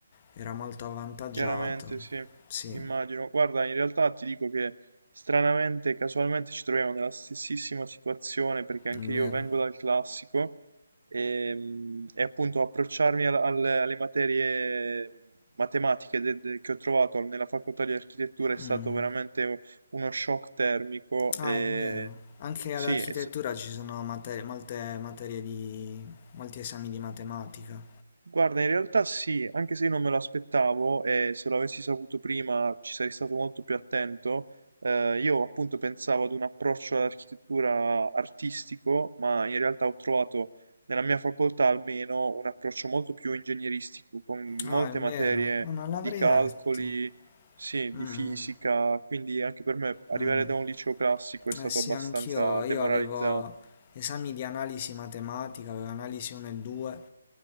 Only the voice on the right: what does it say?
chiaramente sì,
immagino.
Guarda, in realtà ti dico che stranamente, casualmente ci troviamo nella stessissima situazione perché anche
io vengo dal classico e, mm, e appunto approcciarmi al- al- alle materie matematiche de- de- che ho trovato nella facoltà di architettura è stato
veramente uno shock termico
e
Sì,
e s-
guarda, in realtà sì, anche se io non me lo aspettavo e se lo avessi saputo prima ci sarei stato molto più attento. eh, io appunto pensavo ad un approccio all'architettura artistico, ma in realtà ho trovato nella mia facoltà almeno un approccio molto più ingegneristico, con
molte
materie
di calcoli,
sì,
di fisica, quindi anche per me arrivare
da un liceo classico è stato
abbastanza
demoralizzante.